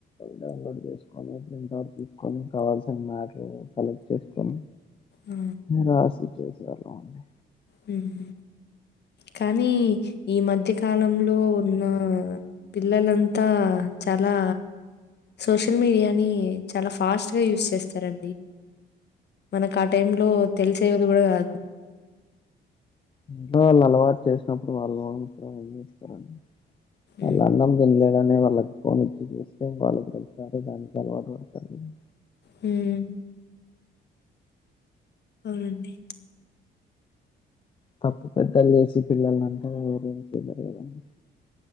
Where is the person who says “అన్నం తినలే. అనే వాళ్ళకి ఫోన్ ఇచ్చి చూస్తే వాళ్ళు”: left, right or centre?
Left